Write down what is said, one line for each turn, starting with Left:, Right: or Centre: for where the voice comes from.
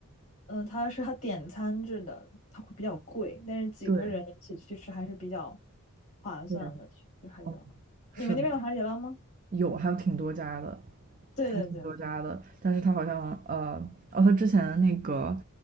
Left: 嗯、它是它点餐制的，它会比较贵，但是几个人一起去吃还是比较
Right: 对
Left: 划算的。
Right: 对，
Left: 去吃海底捞，
Right: 哦，是的。
Left: 你们那边有海底捞吗？
Right: 有，还有挺多家的，
Left: 对对对，
Right: 还有挺多家的。但是他好像呃，哦，他之前那个